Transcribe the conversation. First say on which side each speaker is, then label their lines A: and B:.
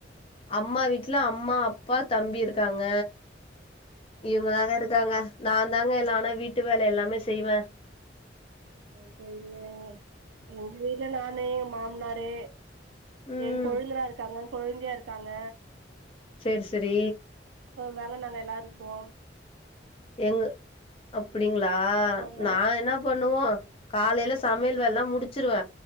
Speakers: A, on the left; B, on the right.
A: அம்மா வீட்ல அம்மா அப்பா தம்பி இருக்காங்க இவங்ளாதா இருக்காங்க நாந்தாங்க எல்லா ஆனா வீட் ட்டு வேல எல்லாமே செய்வ
B: அ செரிங்க எங் வீட்ல நாணு எங் மாம்னாரு
A: ம்
B: எ கொழுந்தனாருக்காங்க கொழுந்தியா இருக்காங்க
A: சேர் செரி
B: மேல நாங்க எல்லார்ருப்போ
A: எங்கு அப்புடிங்ளா
B: ஆமாங்க
A: நா என்னா பண்ணுவோ காலைல சம்யல் வேலலா முடிச்சிருவ